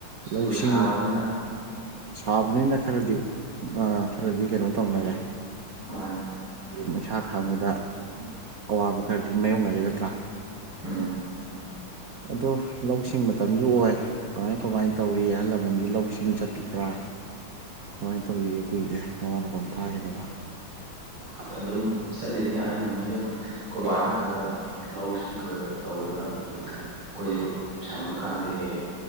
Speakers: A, on the right; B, on the right.
A: ꯑꯗꯨ
B: ꯂꯧꯁꯤꯡ
A: ꯁꯥꯕꯅꯤꯅ
B: ꯁꯥꯕꯅꯤꯅ ꯈꯔꯗꯤ ꯈꯔꯗꯤ ꯀꯩꯅꯣ ꯇꯧꯅꯔꯦ
A: ꯃꯥꯅꯦ
B: ꯃꯩꯁꯥ ꯈꯥꯡꯕꯗ ꯑꯋꯥꯕ ꯈꯔꯗꯤ ꯃꯥꯥꯏꯌꯣꯛꯅꯔꯦꯒ ꯅꯠꯇ꯭ꯔꯥ
A: ꯎꯝ
B: ꯑꯗꯣ ꯂꯧꯁꯤꯡꯕꯗ ꯃꯇꯝꯁꯨ ꯑꯣꯏ ꯀꯃꯥꯏ ꯀꯃꯥꯏꯅ ꯇꯧꯔꯤ ꯑꯍꯜ ꯂꯃꯟꯗꯤ ꯂꯧꯁꯤꯡ ꯆꯠꯂꯤꯄ꯭ꯔꯥ ꯀꯃꯥꯏꯅ ꯇꯧꯔꯤꯒꯦ ꯀꯨꯏꯔꯦ ꯅꯋꯥꯣꯟ ꯅꯄꯣꯟ ꯊꯥꯈꯤꯗꯕ
A: ꯑꯁ ꯑꯗꯨꯝ ꯆꯠꯂꯤꯅꯤ ꯑꯍꯟꯉꯩꯁꯨ ꯈꯨꯣꯏꯕꯥꯅ ꯈꯔ ꯈ ꯂꯧꯁꯤꯡ ꯈꯔ ꯈ ꯇꯧꯗꯅ
B: <unintelligible>
A: ꯑꯩꯈꯣꯏꯁꯨ ꯁꯪꯕ ꯀꯥꯟꯗ ꯍꯦꯛ ꯍꯦꯛ